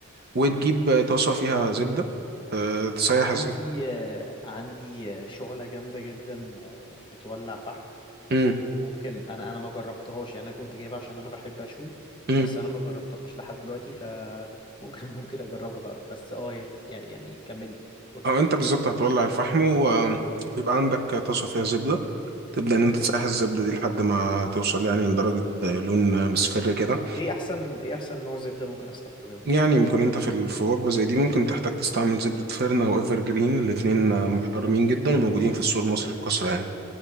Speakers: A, on the right; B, on the left.
A: وتجيب
B: مهم.
A: طاسة فيها زبدة آه تسيح
B: عندي
A: الزبدة
B: آه، عندي آه، شعلة جامدة جدا آه، بتولع فحم
A: مم.
B: ممكن انا انا ما جربتهاش يعني انا كنت جايبها عشان انا بحب اشوي
A: مم.
B: بس انا ما جربتهاش لحد دلوقتي ف ممكن <laughs> ممكن اجربها بقى بس اه يعني يعني كملي قولي
A: اه انت بالظبط هتولع الفحم و-
B: امم
A: ويبقى عندك طاسه فيها زبده تبدا ان انت
B: امم
A: تسيح الزبده دي لحد ما توصل يعني لدرجه لون مصفر كده
B: ايه احسن ايه احسن نوع زبدة ممكن استخدمه
A: يعني ممكن انت في ال- في وجبه زي دي ممكن تحتاج تستعمل زبده فيرنا او ايفر جرين الاثنين محترمين جدا وموجودين في السوق المصري
B: جامد
A: بكثره
B: جدا
A: يعني